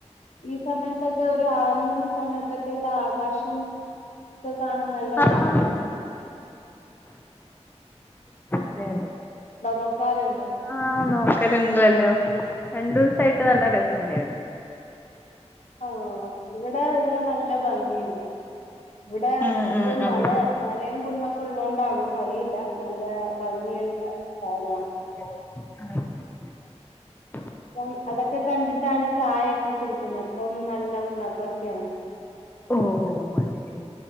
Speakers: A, on the left (about 80°); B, on the left (about 15°).
A: ഈ സമയത്തൊക്കെ ഒരു ആറ മണി സമയത്തൊക്കെ ഇവിടെ ആകാശം ഒക്ക കാണാൻ നല്ല
B: ആഹ്
A: പാട്ടിയാണ്
B: അതെതെ
A: നോക്കാറുണ്ടോ
B: ആഹ നോക്കലണ്ടല്ലോ രണ്ടു ദിവസായിട്ട് നല്ല രസം ഉണ്ടായിരുന്നു
A: ആഹ ഇവിടെ ഇവിടെ നല്ല ഭംഗിയുണ്ട് ഇവിടെ
B: ഉം
A: അടുത്ത്
B: ഉം
A: മല
B: ഉം
A: മലയും കുന്നൊക്കെ ഉള്ളതുകൊണ്ടാണോന്ന് അറിയില്ല ന ല്ല ഭംഗിയുള്ള സാന
B: ആ
A: അപ്പം അതൊക്കെ കണ്ടിട്ടാണ് ചായൊക്കെ കുടിക്കുന്നത് അപ്പം നല്ല ഉണർവൊക്കെയാണ്
B: ഓഹ് അത് ശരി